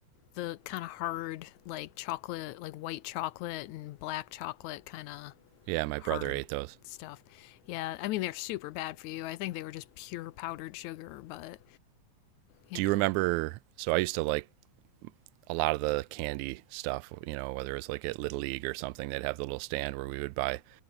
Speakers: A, on the left; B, on the right.
A: the kind of hard like chocolate like white chocolate and black chocolate kind of
B: Yeah, my
A: hard
B: brother ate those.
A: stuff. Yeah, I mean they're super bad for you. I think they were just pure powdered sugar, but you
B: Do
A: know.
B: you remember so I used to like a lot of the candy stuff, you know, whether it was like at Little League or something, they'd have the little stand where we would buy